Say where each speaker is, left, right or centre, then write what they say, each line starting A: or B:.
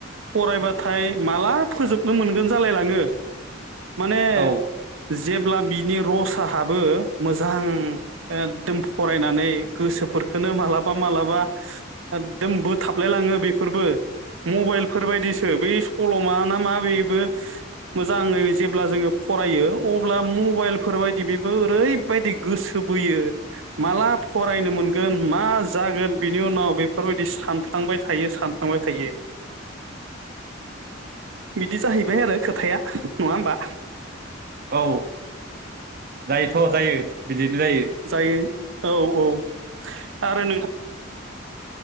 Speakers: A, on the right (about 80°); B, on the right (about 50°).
A: फरायबाथाय माला फोजोबनो मोनगोन जालायलाङो माने
B: ओ औ
A: जेब्ला बिनि रसाहाबो मोजां एखदम फरायनानै गोसोफोरखोनो मालाबा मालाबा एकदम बोथाबलायलाङो बेफोरबो मबाइलफोरबायदिसो बे सल'मा ना मा बेबो मोजाङै जेब्ला जोङो फरायो अब्ला मबाइलफोरबायदि बेबो ओरैबायदि गोसो बोयो माला फरायनो मोनगोन मा जागोन बिनि उनाव बेफोरबायदि सानफ्लांबाय थायो सानफ्लांबाय थायो बिदि जाहैबाय आरो खोथाया नङा होमबा
B: औ जायोथ' जायो बिदिनो जायो
A: जायो औ औ आरो नोंहा